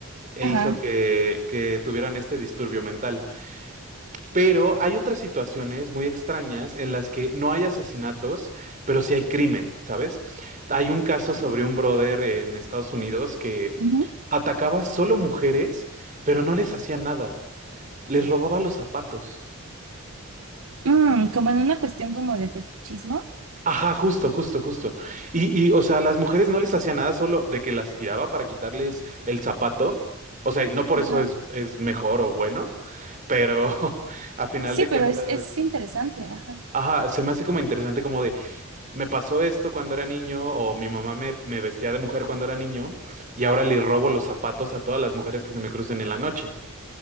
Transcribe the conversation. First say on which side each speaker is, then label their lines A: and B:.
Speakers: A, on the right; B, on the right.
A: e
B: ajá.
A: hizo que, que tuvieran este disturbio mental. Pero hay otras situaciones muy extrañas en las que no hay asesinatos, pero sí hay crimen, ¿sabes? Hay un caso sobre un brother en Estados Unidos que
B: ujú.
A: atacaba solo mujeres, pero no les hacía nada. Les robaba los zapatos.
B: Mm, como en una cuestión como de fetichismo.
A: Ajá, justo, justo, justo. Y, y, o sea, las mujeres no les hacía nada solo de que las tiraba para quitarles el zapato. O sea, y no por
B: Ajá.
A: eso es, es mejor o bueno, pero <laughs> a final
B: Sí,
A: de cuentas,
B: pero es, es interesante, ajá.
A: ajá, se me hace como interesante como de, me pasó esto cuando era niño o mi mamá me, me vestía de mujer cuando era niño y ahora le robo los zapatos a todas las mujeres que se me crucen en la noche.